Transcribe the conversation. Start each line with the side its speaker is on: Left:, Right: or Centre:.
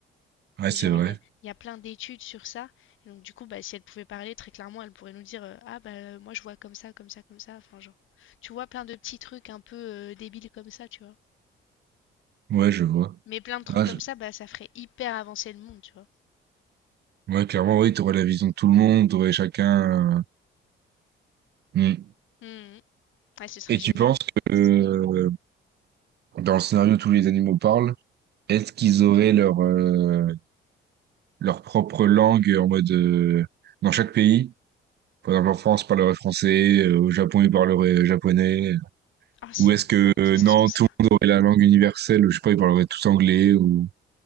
Right: ouais,
Left: Et
Right: c'est
Left: genre,
Right: vrai.
Left: il y a, il y a plein d'études sur ça. Et donc, du coup, bah, si elle pouvait parler très clairement, elle pourrait nous dire euh, Ah, bah, euh, moi, je vois comme ça, comme ça, comme ça. Enfin, genre, tu vois, plein de petits trucs un peu euh, débiles comme ça, tu vois.
Right: Ouais, je vois.
Left: Mais plein de trucs
Right: Ah,
Left: comme
Right: je-
Left: ça, bah, ça ferait hyper avancer le monde, tu vois.
Right: Ouais, clairement, oui, t'aurais la vision de tout le monde, t'aurais chacun... euh, Hmm.
Left: Mhm. Ouais, ce serait
Right: Et
Left: génial.
Right: tu penses que euh, dans le scénario, tous les animaux parlent, est-ce qu'ils auraient leur, euh, leur propre langue en mode... euh, dans chaque pays? Par exemple, en France, parlerait français, euh, au Japon, ils parleraient euh, japonais.
Left: Ah, c'est
Right: Ou est-ce
Left: une
Right: que,
Left: bonne
Right: euh,
Left: question,
Right: non,
Left: ça.
Right: tout le monde aurait la langue universelle, je sais pas, ils parleraient tous anglais, ou...